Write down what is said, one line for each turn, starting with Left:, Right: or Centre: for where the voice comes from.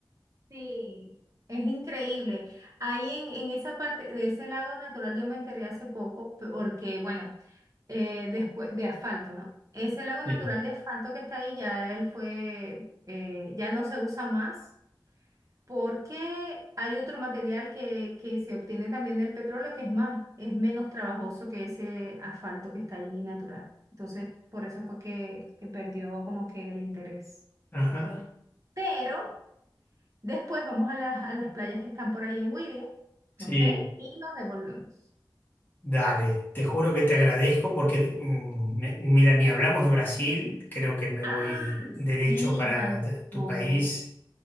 Right: Sí, es increíble. Ahí en, en esa parte de ese lago natural yo me enteré hace poco, p- porque bueno, eh, después de asfalto, ¿no? Ese lago
Left: Sí,
Right: natural de asfalto que está ahí ya él fue, eh, ya no se usa más porque hay otro material que, que se obtiene también del petróleo que es más, es menos trabajoso que ese asfalto que está ahí natural. Entonces, por eso fue que, que perdió como que el interés.
Left: Ajá.
Right: Pero Después vamos a las, a las playas que están por ahí en Wiria,
Left: sí,
Right: ¿ok? Y nos devolvemos.
Left: Dale, te juro que te agradezco porque, mm, me- mira, ni hablamos de Brasil, creo que me
Right: Ah,
Left: voy derecho
Right: sí,
Left: para
Right: faltó.
Left: t- tu país